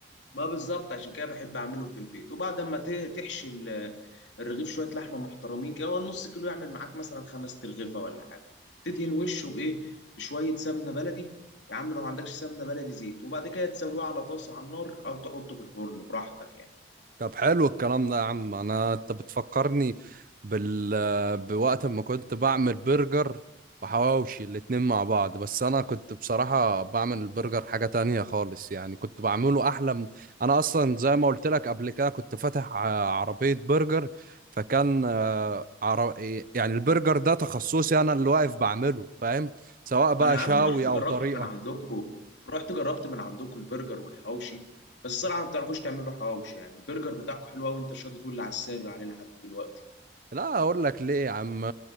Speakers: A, on the left (about 80°); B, on the right (about 50°).
A: ما بالظبط عشان كده بحب اعمله في البيت وبعد ما ت- تحشي ال- الرغيف شويه لحمه محترمين كده هو نص كيلو يعمل معاك مثلا خمس ترغيفه ولا حاجه تدهن وشه بايه بشويه سمنه بلدي يا عم لو ما عندكش سمنه بلدي زيت وبعد كده تسويه على طاسه على النار او تحطه في الفرن براحتك يعني
B: طب حلو الكلام ده يا عم انا انت بتفكرني بال بوقت ما كنت بعمل برجر وحواوشي الاتنين مع بعض بس انا كنت بصراحة بعمل البرجر حاجة تانية خالص يعني كنت بعمله احلى من... انا اصلا زي ما قلت لك قبل كده كنت فاتح ع- عربية برجر فكان آه، عر... يعني البرجر ده تخصصي انا اللي واقف بعمله فاهم سواء بقى
A: ما انا يا
B: شاوي
A: عم رحت
B: او
A: جربت
B: طريقة
A: من عندكم رحت جربت من عندكم البرجر والحواوشي بس الصراحه ما بتعرفوش تعملوا حواوشي يعني البرجر بتاعكم حلو قوي وانت شاطر تقول لي على السر عليه لحد دلوقتي
B: لا اقول لك ليه يا عم